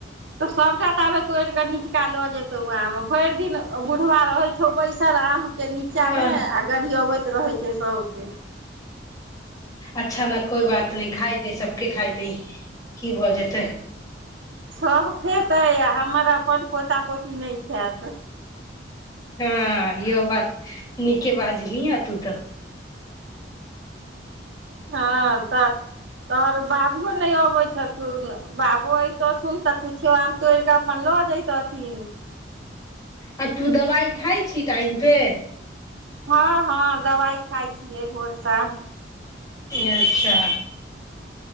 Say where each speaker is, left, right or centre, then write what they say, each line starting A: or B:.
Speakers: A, on the right; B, on the left.
A: तऽ सभटा त आबे तोड़ि कऽ निीचका लऽ जेतौ ओ आम भरि दिन बुढ़बा रहैत छौ बैसल आम के नीचा
B: हँ
A: में आ गड़ी अबैत रहै छै सभके
B: अच्छा ने कोइ बात नहि खाइ दे सबके खाइ दे की भऽ जेतै
A: सब खेतै आ हमर अपन पोता पोती नहि छै खैत
B: हँ इहो बात नीके बाजली आ तू तऽ
A: हँ तऽ तोरो बाबुओ नहि अबै छथुन बाबो अयतथुन तऽ किछो आम तोड़ि कऽ अपन लऽ जयैतथिन
B: आ तू दवाइ खाइ छी टाइम पे
A: हँ हँ दवाइ खाइ छियै भोर साँझ
B: अच्छा